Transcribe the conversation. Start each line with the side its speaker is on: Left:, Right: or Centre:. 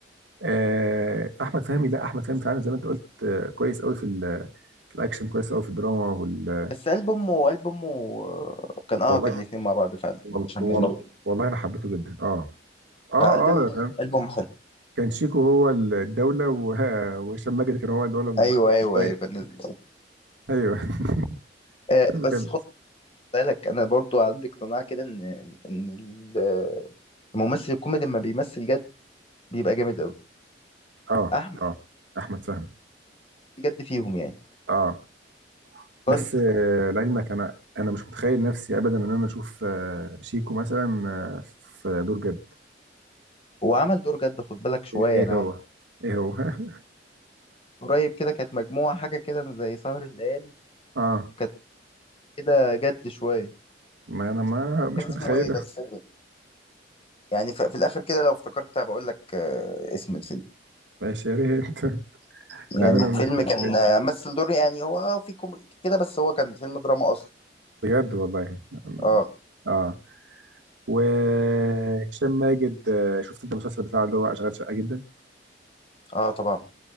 Right: آه احمد فهمي لا احمد فهمي فعلا زي ما انت قلت آه كويس قوي في ال- في الاكشن كويس قوي في الدراما وال
Left: بس قلب امه قلب امه آه، كان اه
Right: والله
Left: كان الاتنين مع بعض فعلا
Right: وال
Left: كان هشام
Right: وال
Left: ماجد
Right: والله انا حبيته جدا اه اه
Left: آه، قلب امه
Right: اه كان
Left: قلب امه حلو
Right: كان شيكو هو الدوله و- وهشام ماجد كان هو الولد
Left: ايوه ايوه
Right: ايوه
Left: ايوه كان-
Right: ايوه <laughs>
Left: آه،
Right: فيلم
Left: بس
Right: جامد
Left: بالك انا برضو عندي اقتناع كده ان ان ال- الممثل الكوميدي لما بيمثل جد بيبقى جامد قوي
Right: اه
Left: احمد
Right: اه احمد فهمي
Left: جد فيهم يعني
Right: اه بس
Left: عبقري
Right: آه، لعلمك انا انا مش متخيل نفسي ابدا ان انا اشوف آه، شيكو مثلا آه، في دور جد
Left: هو عمل دور جد خد بالك شويه
Right: ايه
Left: انا
Right: إيه مم. هو ايه هو <laughs>
Left: قريب كده كانت مجموعه حاجه كده زي سهر الليالي
Right: اه
Left: كانت كده جد شويه
Right: ما انا ما مش
Left: اسمه
Right: متخيله
Left: ايه بس يعني ف- في الاخر كده لو افتكرت هبقى اقول لك آه، اسم الفيلم
Right: ماشي يا ريت <laughs>
Left: يعني
Right: لان انا
Left: الفيلم
Right: مش متخيل
Left: كان آه، مثل دور يعني هو اه في كوميدي كده بس هو كان فيلم دراما اصلا
Right: بجد والله
Left: اه
Right: اه وهشام ماجد آه، شفت انت المسلسل بتاعه اللي هو اشغال شقه جدا
Left: اه طبعا